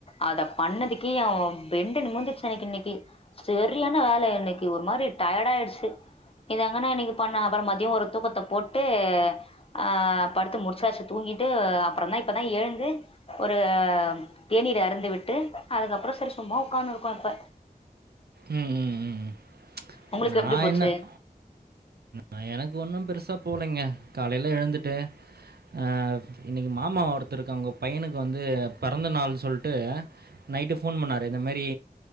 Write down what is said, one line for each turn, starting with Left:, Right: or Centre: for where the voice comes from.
Left: அத பண்ணதிக்கி எ பெண்டு நிமிந்துச்சு எனக்கு இன்னிக்கி செரியான வேல இன்னிக்கு ஒரு மாரி டயர்டா ஆயிடுச்சு இதெங்க நா இன்னிக்கு பண்ண அப்பற மதியோ ஒரு தூக்கத்த போட்டு யே ஆ படுத்து முடிச்சச்சு தூங்கிட்டு அப்பறந்தா இப்பதா எழுந்து ஒரு தேநீர் அருந்து விட்டு அதுக்கப்பறோ செரி சும்மா உக்கான்னு இருக்கோ இப்ப
Right: ம்
Left: உங்குளுக்
Right: நான்
Left: எப்டி போச்சு
Right: என்ன நான் எனக்கு ஒண்ணு பெருசா போலைங்க காலைல எழுந்துட்டு ஆவ் இன்னிக்கி மாமா ஒருத்தருக்கு அவுங்க பையனுக்கு வந்து பறந்த நாள் சொல்ட்டு நைட்டு ஃபோன் பண்ணாரு இந்தமாரி